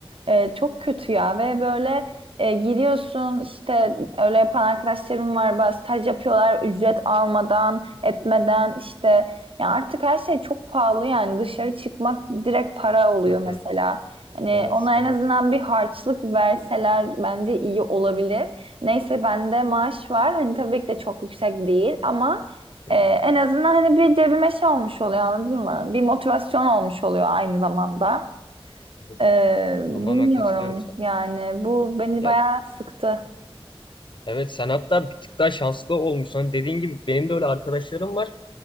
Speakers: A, on the right (about 65°); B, on the left (about 55°).
A: E, çok kötü ya ve böyle e, giriyorsun işte öyle yapan arkadaşlarım var bazı staj yapıyorlar ücret almadan etmeden işte ya artık her şey çok pahalı yani dışarı çıkmak direkt para oluyor
B: hı
A: mesela.
B: hı.
A: Hani
B: Evet,
A: ona
B: evet.
A: en azından bir harçlık verseler bence iyi olabilir. Neyse bende maaş var. Hani tabii ki de çok yüksek değil ama
B: Hı
A: e,
B: hı.
A: en azından hani bir cebime şey olmuş oluyor anladın mı? Bir motivasyon olmuş oluyor aynı zamanda.
B: Evet.
A: Ee, bilmiyorum
B: Tamamen katılıyorum sana.
A: yani bu beni
B: Ya,
A: bayağı sıktı.
B: evet sen hatta bir tık daha şanslı olmuşsun. Hani dediğin gibi benim de öyle arkadaşlarım var.